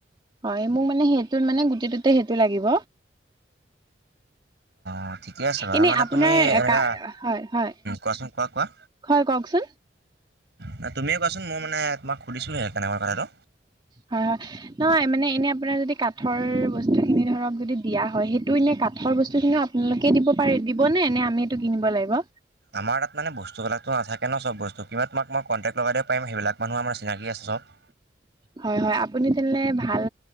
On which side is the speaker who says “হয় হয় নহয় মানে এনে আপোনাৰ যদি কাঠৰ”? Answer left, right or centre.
Right